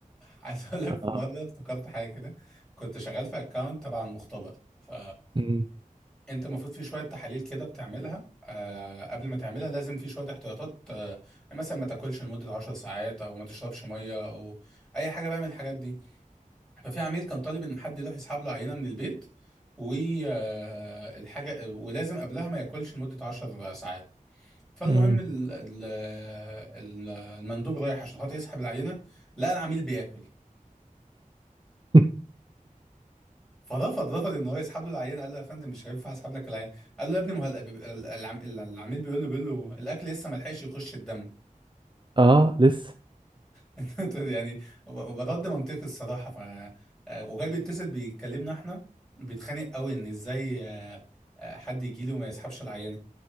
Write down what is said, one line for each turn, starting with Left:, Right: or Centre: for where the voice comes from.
Centre: عايز <laughs> اقول لك
Right: اه
Centre: في مره افتكرت حاجه كده كنت شغال في اكونت تبع المختبر ف
Right: مم.
Centre: انت المفروض في شويه تحاليل كده بتعملها آه قبل ما تعملها لازم في شويه احتياطات آه مثلا ما تاكلش لمده 10 ساعات او ما تشربش ميه او اي حاجه بقى من الحاجات دي ففي عميل كان طالب ان حد يروح يسحب له عينه من البيت والحاجه ولازم قبلها ما ياكلش لمده 10 ساعات فالمهم
Right: امم
Centre: ال... ال... ال- المندوب رايح عشان خاطر يسحب العينه لقى العميل بياكل
Right: <laughs>
Centre: فرفض رفض ان هو يسحب له العينه قال له يا فندم مش هينفع اسحب لك العينه قال له يا ابني ما هو ال- ال- العم- العميل بيقول له بيقول له الاكل لسه ما لحقش يخش الدم
Right: اه لسه
Centre: <laughs> طيب يعني ب- برد منطقي الصراحه ف آه، وجاي بيتصل بيكلمنا احنا بيتخانق قوي ان ازاي آه، آه، حد يجي لي وما يسحبش العينه